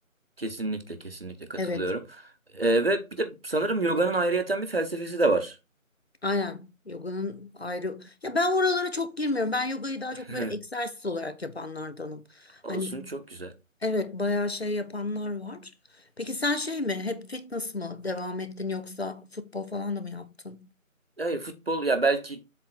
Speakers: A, on the right; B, on the left.
A: Kesinlikle kesinlikle katılıyorum.
B: Evet,
A: E, ve bir de sanırım yoganın ayrıyeten bir felsefesi de var.
B: aynen. Yoganın ayrı. Ya ben oralara çok girmiyorum. Ben yogayı daha
A: <laughs>
B: çok böyle egzersiz olarak yapanlardanım.
A: Olsun
B: Hani
A: çok güzel.
B: evet bayağı şey yapanlar var. Peki sen şey mi? Hep fitness mı devam ettin yoksa futbol falan da mı yaptın?
A: Hayır futbol ya belki